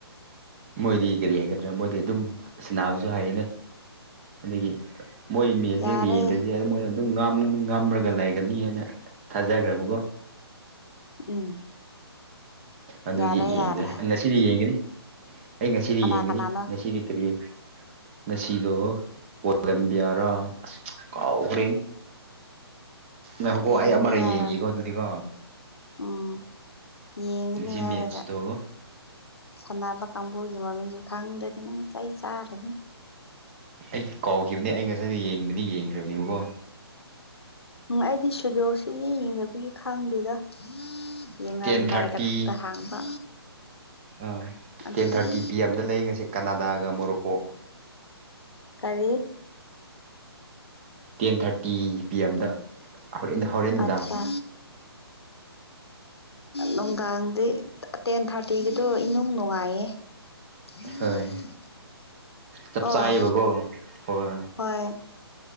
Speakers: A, on the right; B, on the left.
A: ꯃꯣꯏꯗꯤ ꯀꯔꯤ ꯍꯥꯏꯒꯗ꯭ꯔꯥ ꯃꯣꯏꯗꯤ ꯑꯗꯨꯝ ꯁꯅꯥꯕꯁꯨ ꯍꯥꯏꯌꯦꯅ ꯑꯗꯒꯤ ꯃꯣꯏ ꯃꯦꯁꯦ
B: ꯌꯥꯔꯦ
A: ꯃꯗꯦ ꯃꯣꯏꯅ ꯑꯗꯨꯝ ꯉꯃ꯭ꯔꯒ ꯂꯩꯒꯅꯤ ꯍꯥꯏꯅ ꯊꯥꯖꯈ꯭ꯔꯕꯀꯣ
B: ꯎꯝ
A: ꯑꯗꯨꯒꯤ
B: ꯌꯥꯔꯦ
A: ꯌꯦꯡꯗꯦ
B: ꯌꯥꯔꯦ
A: ꯉꯁꯤꯗꯤ ꯌꯦꯡꯒꯅꯤ ꯑꯩ ꯉꯁꯤꯗꯤ
B: ꯀꯅꯥ
A: ꯌꯦꯡꯒꯅꯤ
B: ꯀꯅꯥꯅꯣ
A: ꯉꯁꯤꯗꯤ ꯀꯨꯔꯤꯌꯦ ꯉꯁꯤꯗꯣ ꯀꯂꯝꯕꯤꯌꯥꯔꯥ ꯑꯁꯨ ꯀꯥꯎꯈ꯭ꯔꯦꯟ ꯅꯍꯨꯀꯣ
B: ꯌꯦꯡꯒꯅꯤ
A: ꯑꯩ ꯑꯃꯔꯛ
B: ꯍꯥꯏꯔ
A: ꯌꯦꯡꯉꯦꯀꯣ ꯑꯗꯨꯗꯤꯀꯣ
B: ꯎꯝ ꯌꯦꯡꯒꯅꯤ
A: ꯉꯁꯤ
B: ꯍꯥꯏꯔꯒ
A: ꯃꯦꯠꯁꯇꯣ
B: ꯁꯥꯟꯅꯕ ꯀꯥꯡꯕꯨꯒꯤ ꯃꯃꯤꯡꯁꯨ ꯈꯪꯗ꯭ꯔꯗꯤ ꯅꯪ ꯆꯩ ꯆꯥꯔꯅꯤ
A: ꯑꯩ ꯀꯥꯎꯈꯤꯕꯅꯦ ꯑꯩ ꯉꯁꯥꯏꯗ ꯌꯦꯡꯕꯗꯤ ꯌꯦꯡꯈ꯭ꯔꯕꯅꯦꯕꯀꯣ
B: ꯎꯝ ꯑꯩꯗꯤ ꯁꯨꯗꯣꯛꯁꯤ ꯌꯦꯡ ꯌꯦꯡꯗꯕꯒꯤ ꯈꯪꯗꯦꯗ ꯌꯦꯡꯉꯝꯗꯥꯏꯗ
A: ꯇꯦꯟ ꯊꯥꯔꯇꯤ
B: ꯈꯛꯇ ꯍꯥꯡꯕ
A: ꯑꯥ
B: ꯑꯗꯨꯒꯤ
A: ꯇꯦꯟ ꯊꯥꯔꯇꯤ ꯄꯤ ꯑꯦꯝꯗ ꯂꯩ ꯉꯁꯤ ꯀꯅꯥꯗꯥꯒ ꯃꯣꯔꯣꯛꯀꯣ
B: ꯀꯔꯤ
A: ꯇꯦꯟ ꯊꯥꯔꯇꯤ ꯄꯤ ꯑꯦꯝꯗ ꯑꯔ ꯏꯗ ꯍꯥꯎꯔꯔꯤꯦꯟ ꯅꯨꯅꯨꯡꯗꯥꯡ
B: ꯑꯠꯆꯥ ꯅꯨꯡꯗꯥꯡꯗꯤ ꯇꯦꯟ ꯊꯥꯔꯇꯤꯒꯤꯗꯣ ꯏꯅꯨꯡ ꯅꯨꯡꯉꯥꯏꯌꯦ <unintelligible>
A: ꯍꯣꯏ ꯆꯞ
B: ꯀꯑꯣ
A: ꯆꯥꯏꯌꯦꯕꯀꯣ ꯍꯣꯏ
B: ꯍꯣꯏ